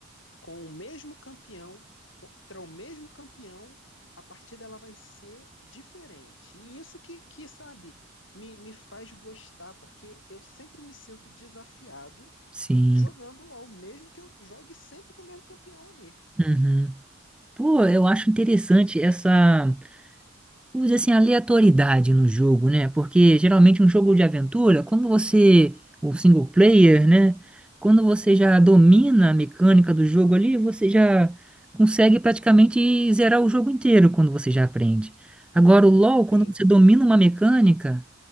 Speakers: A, on the left (about 65°); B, in the centre.
A: com o mesmo campeão, contra o mesmo campeão, a partida ela vai ser diferente. E isso que, que sabe, me, me faz gostar, porque eu sempre me sinto desafiado
B: sim.
A: jogando LOL, mesmo que eu jogue sempre com o mesmo campeão ali.
B: Uhum. Pô, eu acho interessante essa, vamos dizer assim, aleatoriedade no jogo, né? Porque geralmente um jogo de aventura, quando você, o single player, né? Quando você já domina a mecânica do jogo ali, você já consegue praticamente zerar o jogo inteiro quando você já aprende. Agora, o LoL, quando
A: Sim,
B: você domina uma mecânica.